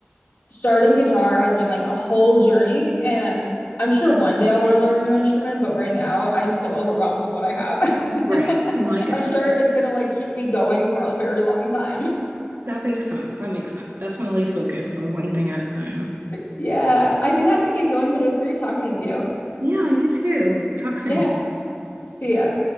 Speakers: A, on the left; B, on the right.
A: starting guitar has been like a whole journey, and I'm sure one day I want to learn a new instrument, but right now I'm so overwhelmed with what I have.
B: Right.
A: <laughs>
B: No, I get
A: I'm sure
B: that.
A: it's gonna like keep me going for a very long time. <laughs>
B: That makes sense. That makes sense. Definitely focus on one thing at a time.
A: Yeah, I do have to get going, but it was great talking with you.
B: Yeah, you too. Talk soon.
A: Yeah, see ya.